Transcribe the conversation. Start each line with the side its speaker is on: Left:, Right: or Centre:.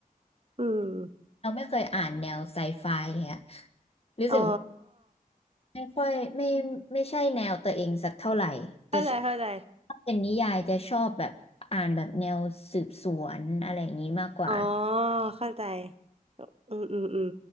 Right: อืม
Left: เราไม่เคยอ่านแนวไซไฟเลยอะรู้สึกว่า
Right: อ๋อ
Left: ไม่ค่อยไม่ไม่ใช่แนวตัวเองสักเท่าไหร่
Right: เข้าใจเข้าใจ
Left: จะชอบถ้าเป็นนิยายจะชอบแบบอ่านแบบแนวสืบสวนอะไรอย่างนี้มากกว่า
Right: อ๋อเข้าใจ อืมอืมอืม